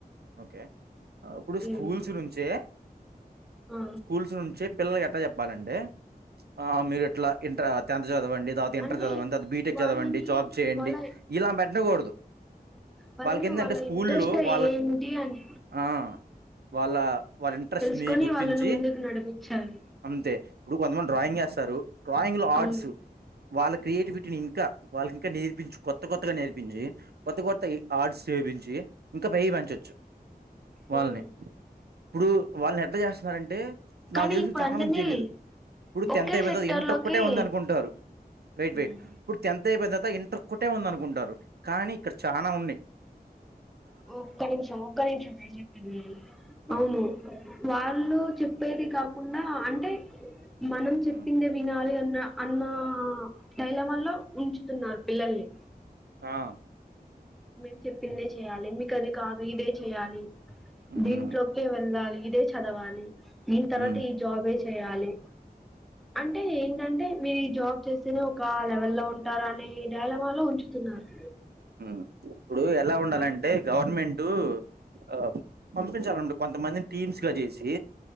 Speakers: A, on the right; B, in the centre.
A: ఓకే ఇప్పుడు స్కూల్స్
B: ఉమ్
A: నుంచే
B: ఆ
A: స్కూల్స్ నుంచే పిల్లలకి ఎట్లా చెప్పాలంటే ఆ మీరు ఇట్లా ఇంటర్ టెన్త్ చదవండి తర్వాత ఇంటర్
B: అంటే
A: చదవండి అది బీటెక్
B: వాళ్ళని
A: చదవండి జాబ్ చేయండి
B: వాళ్ళ
A: ఇలా పెట్టకూడదు
B: వాళ్ళని
A: వాళ్లకేందంటే
B: వాళ్ళ
A: స్కూల్లో
B: ఇంట్రెస్ట్
A: వాళ్ళ
B: ఏంటి అని
A: ఆ వాళ్ళ వాళ్ళ ఇంట్రెస్ట్
B: తీకొని
A: ని గుర్తించి
B: వాళ్ళని ముందుకు నడిపించాలి
A: అంతే ఇప్పుడు కొంతమంది డ్రాయింగ్ ఎస్తారు డ్రాయింగ్ లో
B: అవును
A: ఆర్ట్స్ వాళ్ళ క్రియేటివిటీ ఇంకా వాళ్ళకి ఇంకా నేర్పించు కొత్త కొత్తగా నేర్పించి కొత్త కొత్త యి ఆర్డ్స్ చేపించి ఇంకా పైకి పంచోచ్చు వాళ్ళని
B: ఉమ్
A: ఇప్పుడు వాళ్ళని ఎట్లా చేస్తున్నారంటే నాకు
B: కానీ
A: తెలిసి
B: ఇప్పుడు
A: చాలా
B: అందరినీ
A: మందికి తెలీయదు ఇప్పుడు
B: ఒకే
A: టెన్త్ అయిపోతది
B: సెక్టర్
A: ఇంటర్
B: లోకి
A: ఒక్కటే ఉంది అనుకుంటారు వెయిట్ వెయిట్
B: ఉమ్
A: ఇప్పుడు టెన్త్ న్త్ అయిపోయిన తరువాతఇంటర్ ఒక్కటే ఉంది అనుకుంటారు కానీ ఇక్కడ చాన ఉన్నాయ్
B: ఒక్క నిమిషం ఒక్క నిమిషం నేను చెప్పేది విను అవును
A: ఆ
B: వాళ్ళు చెప్పేది కాకుండా అంటే మనం చెప్పింది
A: ఉమ్,
B: వినాలి అన్న డైలమాలో ఉంచుతున్నారు పిల్లల్ని
A: ఆ
B: మేము చెప్పిందే చెయాలి మీకు అది కాదు ఇదే చెయాలి
A: ఉమ్
B: దీంట్లోకే వెళ్ళాలి ఇదే చదవాలి దీని తర్వాత
A: ఉమ్
B: ఈ జాబే చేయాలి అంటే ఏం ఏంటే మీరు ఈ జాబ్ చేస్తేనే ఒక లెవెల్ లో ఉంటారు అనే డైలమాలో ఉంచుతున్నారు
A: హుం ఇప్పుడు ఎలా ఉండాలంటే
B: దా
A: గవర్నమెంటట్ ఆ పంపించాలన్నమాట్ కొంతమందిని టీమ్స్ గా చేసి